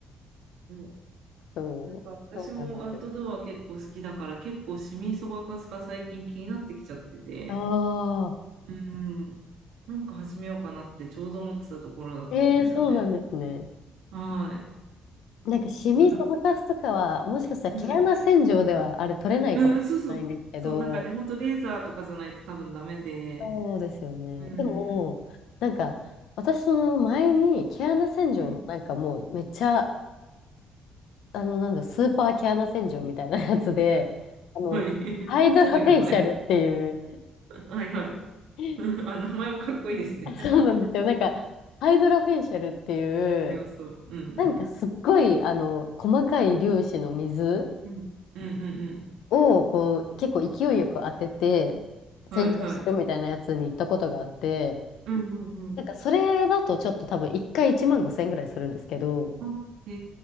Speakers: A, on the right; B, on the left.
A: うん
B: そう、
A: なんか私もアウトドア結構好きだから、
B: そうなんですよ。
A: 結構シミそばかすが最近気になってきちゃってて、
B: ああ、
A: うんなんか始めようかなってちょうど思ってたところだったんですよね。
B: ええそうなんですね。
A: はい。
B: なんか、シミそばかすとかは、
A: これな、
B: もしかしたら毛穴洗浄ではあれ取れないかもしれないんですけど、
A: うん。うんうんそうそう。そう、なんかで、本当レーザーとかじゃないと多分ダメで、
B: そうですよね。
A: うん。
B: でも、なんか、私その前に毛穴洗浄のなんかもうめっちゃ、
A: うん
B: あの、なんだ、スーパー毛穴洗浄みたいなやつで、<laughs> あの、
A: はい。<laughs>
B: ハイドロフェイシャルっていう
A: すごい名前。はいはい。
B: <laughs>
A: <laughs> あ、名前もかっこいいですね。
B: そうなんですよ。
A: <laughs>
B: なんか、ハイドロフェイシャルっていう、
A: 強そう。うん
B: なんかすっごい、あの、細かい粒子の水
A: うん。うんうんうん
B: を、こう、結構勢いよく当てて、洗浄するみたいなやつに行ったことがあって、
A: うん。はいはい。うんうんうん。
B: なんかそれだとちょっと多分1回1万5千円ぐらいするんですけど、
A: あ、へ